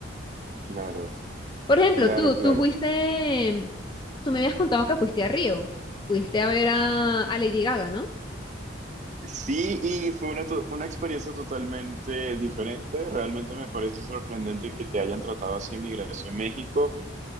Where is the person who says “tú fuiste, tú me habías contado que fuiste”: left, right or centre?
Left